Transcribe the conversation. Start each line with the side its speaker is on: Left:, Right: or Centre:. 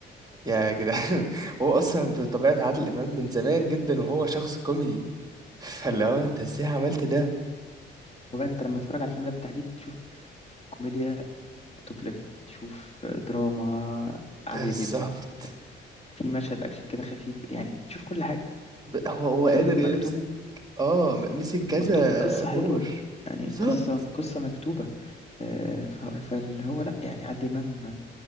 Right: يا جدعان <laughs> هو اصلا بطبيعه عادل امام من زمان جدا وهو شخص كوميدي فاللي هو انت ازاي عملت ده
Left: هو بقى انت لما تتفرج على الفيلم ده بالتحديد تشوف كوميديا توب ليفل تشوف دراما عالية
Right: بالظبط
Left: جدا في مشهد اكشن كده خفيف يعني تشوف كل حاجة
Right: ب- هو هو
Left: فيلم
Right: قادر يمسك
Left: مكتوب
Right: اه م- مسك كذا
Left: مكتوب بقصة
Right: دور
Left: حلوة يعني
Right: بالظبط
Left: قصة قصة مكتوبة آه، ف- فاللي هو لا يعني عادل إمام